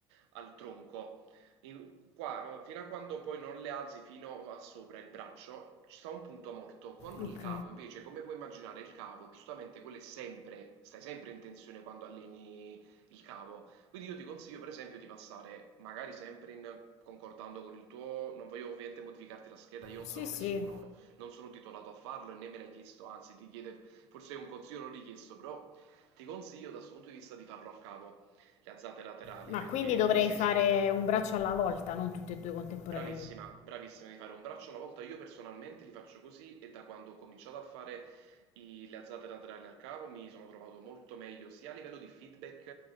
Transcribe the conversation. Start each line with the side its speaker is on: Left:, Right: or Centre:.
Right: al tronco. In- qua, fino a quando poi non le alzi fino a sopra il braccio, ci sta un punto morto. Con
Left: ok.
Right: il cavo, invece, come puoi immaginare, il cavo, giustamente, quello è sempre, stai sempre in tensione quando alleni il cavo. Quindi io ti consiglio, per esempio, di passare, magari sempre in, concordando con il tuo, non voglio ovviamente modificarti la scheda, io non
Left: Sì,
Right: sono
Left: sì.
Right: nessuno, non sono titolato a farlo e né me l'hai chiesto, anzi ti chiede forse un consiglio non richiesto, però ti consiglio da questo punto di vista di farlo al capo, le azzate laterali,
Left: Ma
Right: perché
Left: quindi dovrei
Right: lì sei,
Left: fare
Right: si-
Left: un braccio alla volta, non tutti e due contemporaneamente.
Right: Bravissima, bravissima, devi fare un braccio alla volta. Io personalmente li faccio così e da quando ho cominciato a fare i- le alzate laterali al cavo mi sono trovato molto meglio sia a livello di feedback,